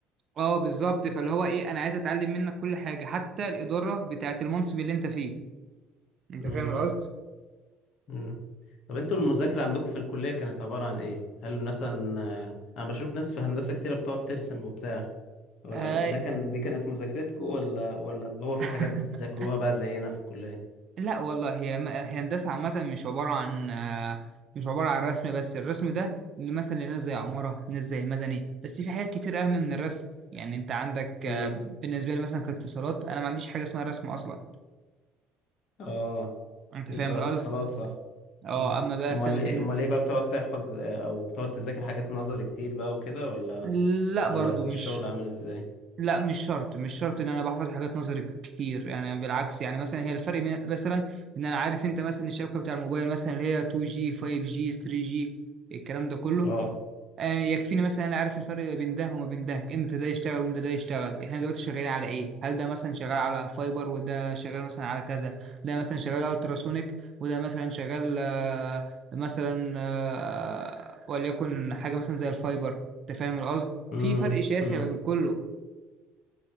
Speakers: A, on the right; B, on the left.
A: اه بالظبط فاللي هو ايه انا عايز اتعلم منك كل حاجة حتى الإدارة بتاعة المنصب اللي انت فيه انت
B: امم
A: فاهم القصد؟
B: امم طب انتوا المذاكرة عندكم في الكلية كانت عبارة عن ايه؟ هل مثلا آه، انا بشوف ناس في هندسة كتيرة بتقعد ترسم وبتاع ولا
A: آه
B: ده كان دي كانت مذاكرتكم ولا ولا اللي هو في
A: <laughs>
B: حاجات بتذاكروها بقى زينا في الكلية؟
A: لا والله هي م- هي هندسة عامة مش عبارة عن آه، مش عبارة عن رسم بس الرسم ده مثلا لناس زي عمارة ناس زي مدني بس في حاجات كتير أهم من الرسم يعني أنت عندك
B: امم
A: آه، بالنسبة لي مثلا كاتصالات أنا ما عنديش حاجة اسمها رسم أصلا
B: اه
A: أنت فاهم
B: انت اتصالات
A: القصد؟
B: صح
A: أه
B: امم
A: أما بقى
B: امال
A: سام
B: ايه
A: بن...
B: امال ايه بقى بتقعد تحفظ آه، او بتقعد تذاكر حاجات نظري كتير بقى وكده ولا
A: لا برضو
B: ولا الشغل
A: مش
B: عامل ازاي؟
A: لا مش شرط مش شرط ان انا بحفظ حاجات نظري كتير يعني بالعكس يعني مثلا هي الفرق بين- مثلا ان انا عارف انت مثلا الشبكه بتاع الموبايل مثلا اللي هي 2G 5G 3G الكلام ده كله
B: اه
A: آه، يكفيني مثلا انا عارف الفرق ما بين ده وما بين ده امتى ده يشتغل وامتى ده يشتغل احنا دلوقتي شغالين على ايه هل ده مثلا شغال على فايبر وده شغال مثلا على كذا ده مثلا شغال التراسونيك وده مثلا شغال آه، مثلا آه، وليكن حاجه مثلا زي الفايبر انت فاهم القصد
B: امم
A: في فرق شاسع ما بين كله